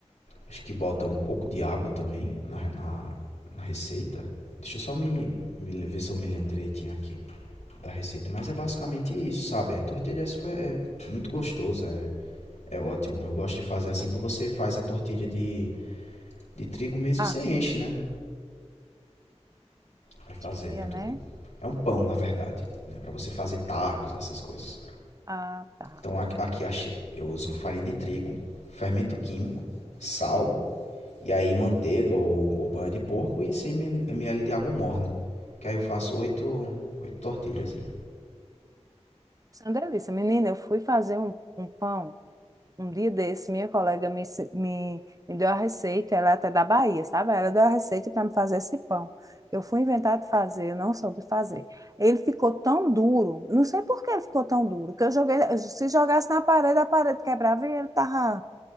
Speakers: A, on the left (about 80°); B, on the right (about 30°).
A: Acho que bota um pouco de água também na, na, na receita. Deixa eu só me, me ver se eu me lembro direitinho aqui da receita. Mas é basicamente isso, sabe? A tortilha é, super, é muito gostoso, é, é ótimo. Eu gosto de fazer assim,
B: Não.
A: porque você faz a tortilha de, de trigo mesmo
B: Ah,
A: e você enche, né? Vai fazendo
B: Tia,
A: e tudo.
B: né?
A: É um pão, na verdade, né? Para você fazer tacos, essas coisas.
B: Ah, tá.
A: Então aqui achei. Eu uso farinha de trigo, fermento químico, sal E aí manteiga ou, ou banha de porco e cem ml de água morna. Que aí eu faço oito oito tortilhazinhas.
B: Isso é uma delícia. Menina, eu fui fazer um, um pão. Um dia desse, minha colega me, ensi- me, me deu a receita, ela é até da Bahia, sabe? Ela deu a receita para me fazer esse pão. Eu fui inventar de fazer, eu não soube fazer. Ele ficou tão duro, não sei por que ele ficou tão duro, que eu joguei, se jogasse na parede, a parede quebrava e ele tava